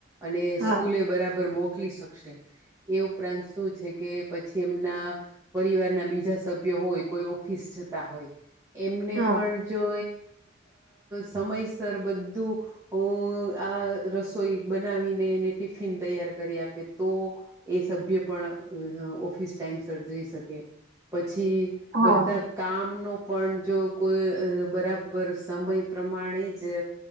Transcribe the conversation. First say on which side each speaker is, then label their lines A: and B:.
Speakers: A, on the right; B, on the right.
A: અને
B: હા
A: સ્કૂલે બરાબર મોક મો શ એ ઉપરાંત શું છે કે પછી એમના પરિવારના બીજા સભ્યો હોય કોઈ ઓફિસ જતા હોય એમને
B: હા
A: પણ જો સમયસર બધું આ રસોઈ બ ટિફિન તૈયાર કરી આપે તો એ સભ્ય પણ ઓફિસ ટાઈમ સર્જી શકે પછી
B: હા
A: બધા કામનો પણ જો કોઈ બરાબર સમય પ્રમાણે જ